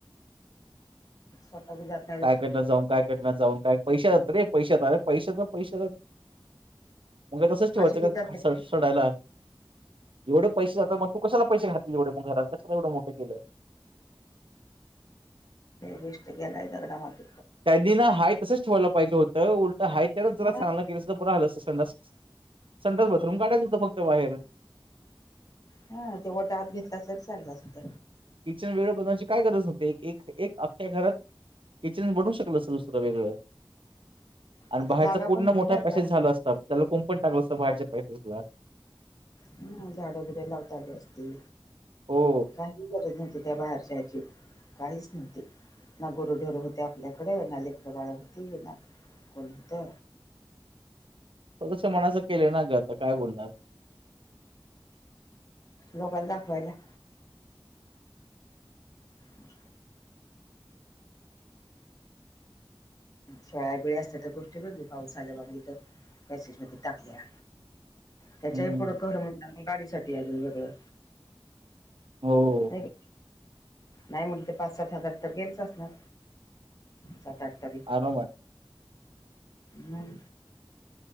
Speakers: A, on the left (about 40°); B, on the right (about 75°).
A: सतकजात
B: कायकडनं जाऊन कायकडनं जाऊन काय पैशा जात रे पैशात आरे पैशात ना पैशा जात मगे तसच ठेवायचं
A: असे किती जातात
B: कासडायला एवढे पैसे जात म त कसाला पैसे खातील एवढेग घरात कशला एवढं मोठं केलं
A: बीसट गेलाय दगडा मात
B: त्यादीना हा तसंच ठेवायला पाहिजे होतं उलटाय त्याच
A: हा
B: जरा चांगलं के लं अस संड संडास बाथरूम काढायचं होतं फक्त बाहेर
A: हा ते वटाहात घेतला तररी चालला असत
B: किचन वेगळं बनण्याची काय गरज नवते एक एक आख्या घरात किचन बनवू शकल असुसत वेगळं आणि
A: तिथं
B: बाहेरच
A: जागा
B: पूर्ण
A: पण होती
B: मोठा
A: ना
B: पॅसेस
A: त्या
B: झाला असतात त्याला कोण पण टाकलं असतं बाहेरच्या पैसेस ला
A: हम झाडंबिडे लावता गे असती
B: हो
A: काही गरज नव्हती त्या बाहेरच्या याची काहीच नव्हती ना गुरुढरू होते आपल्याकडे ना लेकडं बाळ होती ना कोण होत
B: बश मनाच केलं नाही ग आता काय बोलणार
A: लोकल ज खला मु शाळा वेळी असत तर गोष्टी बघली पाऊस आल्या बाघ तथ मॅसेज मध्ये टाकल्या त्याच्याही
B: हम्म.
A: पुढं खरं म्हणणार गाडीसाठीठी अजून वेगळं
B: हो
A: नाही का नाही मुल ते पाच सात हजार तर गेलच असणार सात आठ तरी
B: आरामात
A: म